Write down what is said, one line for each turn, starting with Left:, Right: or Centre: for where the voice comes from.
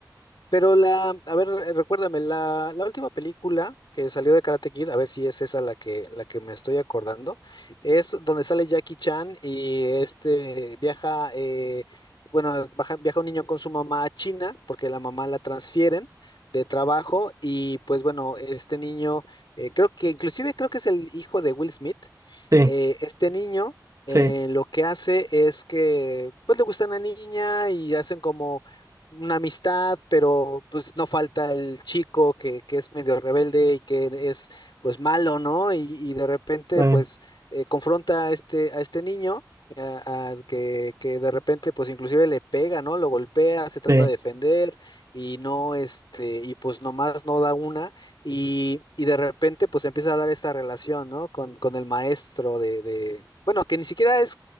Left: Pero la, a ver, eh, recuérdame, la, la última película que salió de Karate Kid, a ver si es esa la que, la que me estoy acordando, es donde sale Jackie Chan y este viaja, eh, bueno, baja- viaja un niño con su mamá a China, porque la mamá la transfieren de trabajo, y pues bueno, este niño, eh, creo que, inclusive creo que es el hijo de Will Smith,
Right: Sí,
Left: eh, este niño eh,
Right: sí,
Left: lo que hace es que pues le gusta una niña y hacen como una amistad, pero pues no falta el chico que, que es medio rebelde y que es pues malo, ¿no? Y, y de repente
Right: sí,
Left: pues eh, confronta a este, a este niño. a- a que, que de repente pues inclusive le pega, ¿no? Lo golpea, se trata
Right: sí,
Left: de defender y no, este, y pues nomás no da una y, y de repente, pues empieza a dar esta relación, ¿no? Con, con el maestro de, de- bueno, que ni siquiera es,